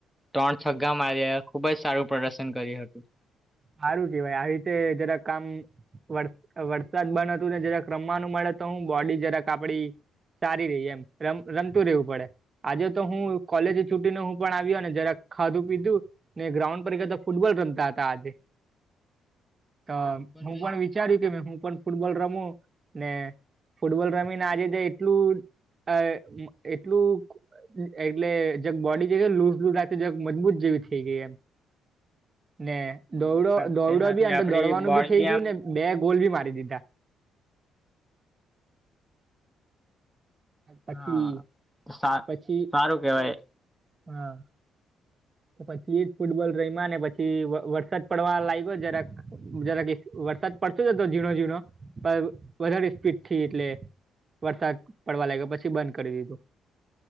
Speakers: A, in the centre; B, on the right.
A: ત્રણ છગ્ગા માર્યા, ખૂબ જ સારું પ્રદર્શન કર્યું હતું.
B: હારું કેવાય, આવી રીતે જરાક આમ વર વરસાદ બન હતું, ને જરાક રમવાનું મળે, તો હું બોડી જરાક આપડી સારી રેય એમ. રમ રમતું રહેવું પડે. આજે તો હું, કોલેજે છુટી ને હું પણ આવ્યો, ને જરા ખાધું પીધું ને ગ્રાઉન્ડ પર ગ્યા, તો ફૂટબોલ રમતા હતા આજે. તો
A: ફૂટબોલ
B: હું
A: બી-
B: પણ વિચાર્યું, કે ભ હું પણ ફૂટબોલ રમું, ને ફૂટબોલ રમીને આજે તો એટલું, અ એટલું એટલે જેક બોડી જે લુઝ લુઝ લાગતી, જાક મજબૂત જેવી થેઇ ગઈ એમ. ને,
A: ફૂટ-
B: દોડો દોડો
A: તેનાથી
B: બી અંદર
A: આપડી
B: દોડવાનું
A: બોડી
B: ભી થઇ
A: બી
B: ગયું,
A: આમ
B: ને બે ગોલ બી મારી દીધા. પછી
A: હા, સા
B: પછી
A: સારું કેવાય.
B: હા. પછી એ જ, ફૂટબોલ રઈમા, ને પછી વ વરસાદ પડવા લાગ્યો જરાક જરાક એક વરસાદ પડતો જ હતો ઝીણો ઝીણો, પણ વધારે સ્પીડ થી એટલે વરસાદ પડવા લાગ્યો. પછી બંધ કરી દીધું.